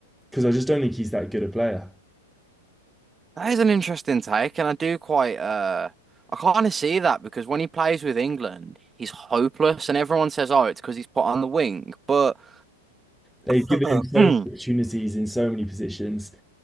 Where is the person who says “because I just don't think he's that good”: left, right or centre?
Centre